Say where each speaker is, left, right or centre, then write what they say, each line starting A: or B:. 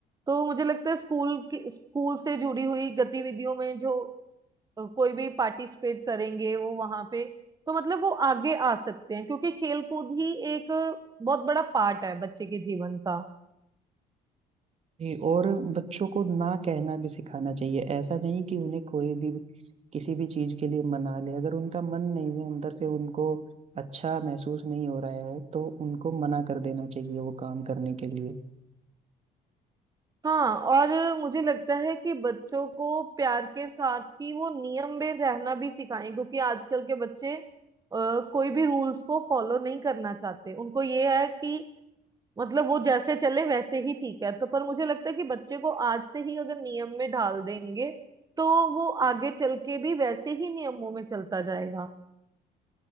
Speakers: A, on the right (about 20°); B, on the right (about 40°).
A: तो मुझे लगता है स्कूल की स्कूल से जुड़ी हुई गतिविधियों में जो अ, कोई भी पार्टिसिपेट करेंगे वो वहां पे तो मतलब वो आगे आ सकते हैं क्योंकि खेल कूद ही एक अ, बहुत बड़ा पार्ट है बच्चे के जीवन का
B: जी, और बच्चों को ना कहना भी सिखाना चाहिए ऐसा नहीं कि उन्हें कोई भी किसी भी चीज के लिए मना ले अगर उनका मन नहीं है अंदर से उनको अच्छा महसूस नहीं हो रहा है तो उनको मना कर देना चाहिए वो काम करने के लिए
A: हाँ और मुझे लगता है कि बच्चों को प्यार के साथ ही वो नियम में रहना भी सिखाएं क्योंकि आजकल के बच्चे अ, कोई भी रूल्स को फॉलो नहीं करना चाहते उनको ये है कि मतलब वो जैसे चले वैसे ही ठीक है तो पर मुझे लगता है कि बच्चे को आज से ही अगर नियम में ढाल देंगे तो वो आगे चल के भी वैसे ही नियमों में चलता जाएगा